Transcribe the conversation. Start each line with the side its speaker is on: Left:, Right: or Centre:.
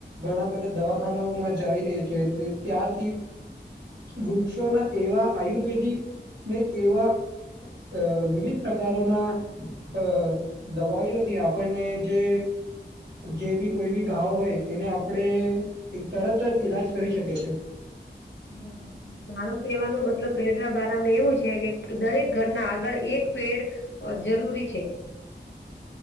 Right: ઘણા બધા દવાખાનાઓમાં જાવી રહ્યા છે ત્યારથી વૃક્ષોના એવા આયુર્વેદિક ને એવા અ અ વિવિધ પ્રકારોના અ અ દવાઈઓથી આપણને જે જે ભી કોઈ ભી ઘાવ હોય એને આપણે એક તરત જ ઈલાજ કરી શકીએ છીએ.
Left: બરાબર છે. મારો કેહેવાનો મતલબ પેડના બારામાં એવું છે કે દરેક ઘરના આગળ એક પેડ અ જરૂરી છે.